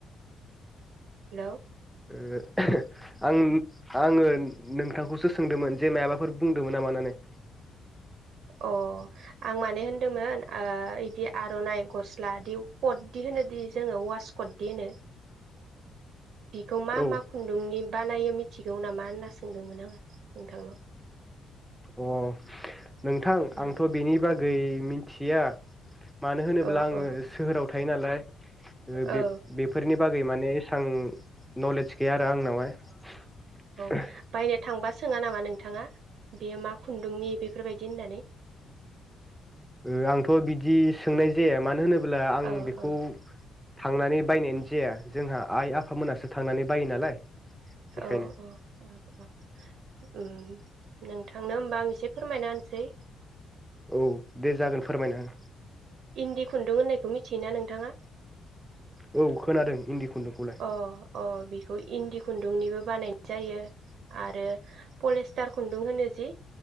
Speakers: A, on the right (about 70°); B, in the centre.
A: हेलौ।
B: ओ <unintelligible> आं। आङो नोंथांखौसो सोंदोंमोन जे मायाबाफोर बुंदोंमोन नामा होननानै?
A: अ आं माने होनदोंमोन ओ इदि आरनाइ गस्ला दि कददि होनो दि जोङो वास कददि होनो बिखौ मा
B: औ
A: मा खुन्दुंनि बानायो मि मिथिगौ नामा होनना सोंदोंमोन आङो नोंथांनाव
B: अ नोंथां
A: उम
B: आंथ बेनि बागै गै मिथिया मानो होनोब्ला
A: अ
B: आङो
A: अ
B: सोहोराव थायो नालाय बे
A: औ
B: बेफोरनि बागै माने एसां नलेज गैया आरो आंनावहाय
A: औ बायनो थांबा सोङा नामा नोंथाङा बेयो मा खुन्दुंनि बेफोरबायदि होननानै?
B: ओ आंथ बिदि सोंनाय जाया मानो होनोब्ला आं
A: औ
B: बेखौ
A: औ
B: थांनानै बायनायानो जाया जोंहा आइ-आफामोनासो थांनानै बायो नालाय बेखायनो
A: औ औ औ उम नों थांनो होमबा आं एसे फोरमायना होनसै
B: औ दे जागोन फोरमायनो हो
A: इन्दि खुन्दुं होननायखौ मिथियोना नोंथाङा?
B: औ खोनादों इन्दि खुन्दुंखौलाय
A: अ अ बिखौ इन्दि खुन्दुंनिबो बानायनाय जायो आरो पलेस्टार खुन्दुं होनो जि